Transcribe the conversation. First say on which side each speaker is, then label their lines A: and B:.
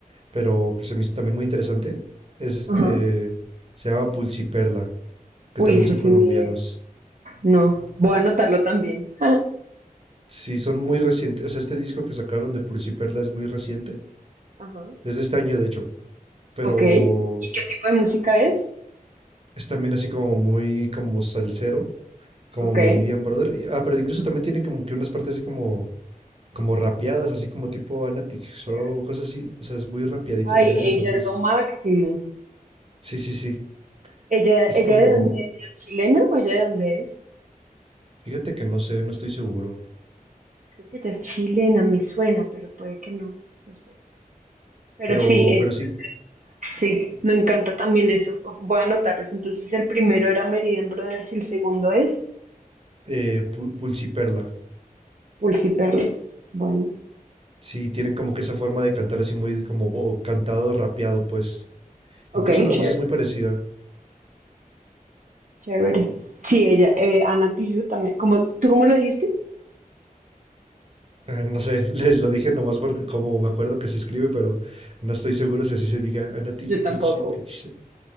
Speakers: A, on the right (about 40°); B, on the right (about 60°).
A: pero que se me hizo también muy interesante. Es este,
B: ajá.
A: se llama Pulsiperla. que
B: Uy,
A: también
B: ese
A: son
B: sí
A: colombianos.
B: ni idea. No, voy a anotarlo también. <laughs>
A: Sí, son muy recientes. O sea, este disco que sacaron de Pursi Perla es muy reciente.
B: Ajá.
A: Es de este año, de hecho. Pero
B: Ok. ¿Y qué tipo de música es?
A: es también así como muy como salsero, como
B: Ok.
A: Meridian Brother. Y- Ah, pero incluso también tiene como que unas partes así como, como rapeadas, así como tipo Anatic Show,
B: Chévere.
A: cosas así. O sea, es muy rapeadito
B: Ay,
A: también.
B: ella
A: Entonces,
B: es lo máximo.
A: sí, sí, sí.
B: ¿Ella,
A: Es
B: ella
A: como,
B: de dónde es? ¿Ella es chilena o ella de dónde es?
A: fíjate que no sé, no estoy seguro.
B: Creo que ella es chilena, me suena, pero puede que no. No sé. Pero
A: Pero,
B: sí, es,
A: pero sí,
B: sí, me encanta también eso. Oh, Voy a anotarlos. Entonces, el primero era Meridian Brothers y el segundo es
A: eh, Pu- Pulsi Perla.
B: Pulsi Perla. Bueno,
A: Sí, tienen como que esa forma de cantar así muy como bo- cantado, rapeado, pues.
B: ok,
A: Incluso la
B: chévere.
A: voz es muy parecida.
B: Chévere. Sí, ella, eh, Ana Tijoux también. ¿Cómo, ¿Tú cómo lo dijiste?
A: Eh, no sé, <laughs> le- lo dije nomás porque como me acuerdo que se escribe, pero no estoy seguro si así se diga. Ana Ti-
B: Yo tampoco,
A: Ti- Chi- Ti- Sh-